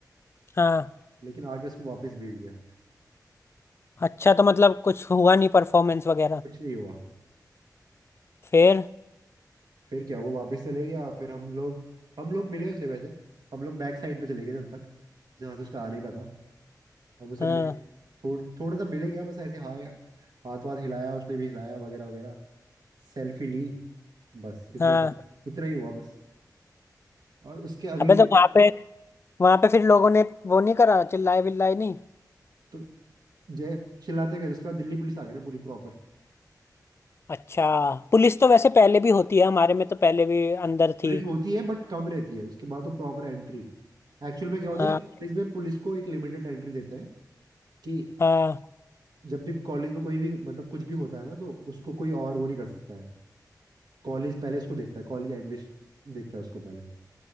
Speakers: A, on the left; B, on the right.
A: हाँ
B: लेकिन आगे उसको वापस भेज दिया
A: अच्छा तो मतलब कुछ हुआ नहीं परफॉर्मेंस वगैरह
B: कुछ नहीं हुआ
A: फिर
B: फिर क्या वो वापस चले गया फिर हम लोग हम लोग मिले उसे वैसे हम लोग बैक साइड पे चले गए जब तक जहाँ से उसका आने का था अब उसे
A: हाँ
B: मिले थोड़, थोड़ा सा मिले क्या बस ऐसे हाय हाथ वाथ हिलाया उसने भी हिलाया वगैरह वगैरह सेल्फी ली बस इतना
A: हाँ
B: ही इतना ही हुआ बस और उसके अगले
A: अबे
B: दिन
A: तो वहां पे वहां पे फिर लोगों ने वो नहीं करा चिल्लाए बिल्लाए नहीं
B: तो जय चिल्लाते गए उसके बाद दिल्ली पुलिस आ गई ना पूरी प्रॉपर
A: अच्छा पुलिस तो वैसे पहले भी होती है हमारे में तो पहले भी अंदर
B: पुलिस
A: थी
B: होती है बट कम रहती है उसके बाद तो प्रॉपर एंट्री एक्चुअल में क्या होता
A: हाँ
B: है कि कॉलेज में पुलिस को एक लिमिटेड एंट्री देते हैं कि
A: हाँ
B: जब भी कॉलेज में कोई भी मतलब कुछ भी होता है ना तो उसको कोई और वो नहीं कर सकता है कॉलेज पहले उसको देखता है कॉलेज एडमिशन देखता है उसको पहले